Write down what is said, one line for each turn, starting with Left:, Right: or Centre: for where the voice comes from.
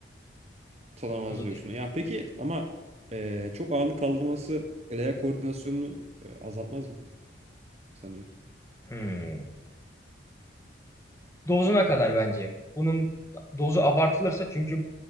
Right: Tutamaz
Left: Onu
Right: diyorsun.
Left: diyebilirim.
Right: Ya peki
Left: Hı hı.
Right: ama e, çok ağırlık kaldırması el ayak koordinasyonunu e, azaltmaz mı sence?
Left: Hmm. Dozuna kadar bence. Bunun dozu abartılırsa çünkü